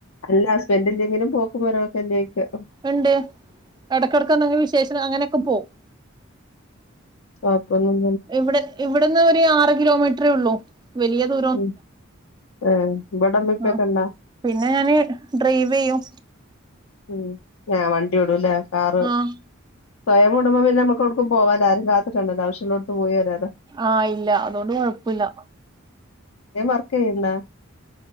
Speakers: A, on the left; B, on the right.
A: അല്ല ഹസ്ബൻഡ് ഇല്ലെങ്കിലും പോക്കും വരവൊക്കെ ഇല്ലേ ചോയ്ക്കാ
B: ഇണ്ട് എടക്കെടക്ക് എന്തെങ്കിലും വിശേഷക്കെ അങ്ങനേക്കെ പോവും
A: കൊയപ്പൊന്നും
B: ഇവിടെ ഇവിടന്ന് ഒരു ആറ് കിലോമീറ്ററേ ഉള്ളൂ വലിയ ദൂ
A: ഉം ആഹ് ഇബടെ ഉമ്മേം ഉപ്പേക്ക
B: ഉം
A: ഇണ്ടാ
B: പിന്നെ ഞാന് ഡ്രൈവ് ചെയ്യും
A: ഉം ഞാ വണ്ടി ഓടൂല്ലേ കാറ്
B: ആഹ്
A: സ്വയം കൂടുമ്പം പിന്നെ നമുക്ക് എവിടുക്കും പോവാല്ലോ ആരേം കാത്ത് <unintelligible> ആവശ്യോള്ളോടത്ത് പോയി വരല്ലോ
B: ആഹ് ഇല്ല അതൊണ്ട് കൊഴപ്പല്ല
A: നീ വർക്ക് ചെയ്യ്ണ്ടാ